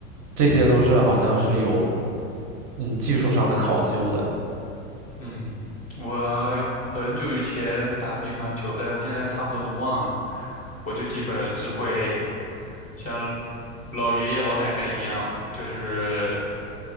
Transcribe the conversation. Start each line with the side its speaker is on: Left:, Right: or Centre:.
Right: 这些都是好像是有嗯技术上的考究的。
Left: 嗯，我很久以前打乒乓球，但我现在差不多都忘了。我就基本只会像老爷爷老奶奶一样，就是